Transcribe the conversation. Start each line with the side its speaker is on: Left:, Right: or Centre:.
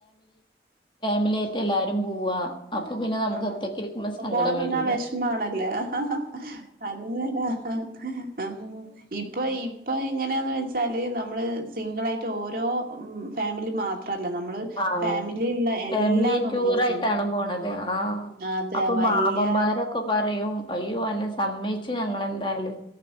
Left: മിലിയായിട്ട് എല്ലാരും പോവാ അപ്പൊ പിന്നെ നമുക്ക്
Right: ആഹ്
Left: ഒറ്റക്ക്
Right: ആഹ്
Left: ഇരിക്കുമ്പോ
Right: ഓ
Left: സങ്കടം
Right: പോവാതെന്താ
Left: വരൂലേ
Right: വിഷമാണല്ലേ ഹ ഹ അതിനെത ഓ ഇപ്പൊ ഇപ്പൊ എങ്ങനാന്ന് വെച്ച തലേന്ന് നമ്മള് സിംഗിള്ളായിട്ട് ഓരോ ഫാമിലി മാത് മാത്രല്ല നമ്മള്
Left: ആഹ്
Right: ഫാമിലിയില്ള്ള എല്ലാ
Left: ഫാമിലി
Right: മെമ്പേഴ്സും
Left: ടൂറായിട്ടാണ് പോണത്. ആഹ്
Right: അതെ
Left: അപ്പൊ
Right: വല്യ
Left: മാമമരൊക്ക പറയും അയ്യോ അന്നാ സമ്മയിച്ചു ഞങ്ങളെന്തായാലും